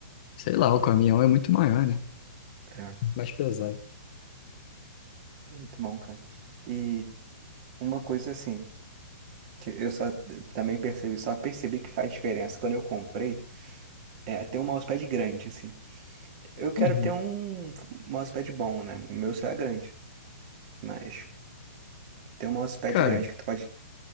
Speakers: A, on the left; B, on the right.
A: sei lá, o caminhão é muito maior, né?
B: É,
A: Mais pesado.
B: muito bom, cara. E uma coisa assim, que eu só também percebi, só percebi que faz diferença quando eu comprei, é ter um mousepad grande, assim. Eu quero
A: Uhum.
B: ter um mousepad bom, né? O meu só é grande, mas ter um mousepad
A: Cara,
B: grande que tu pode.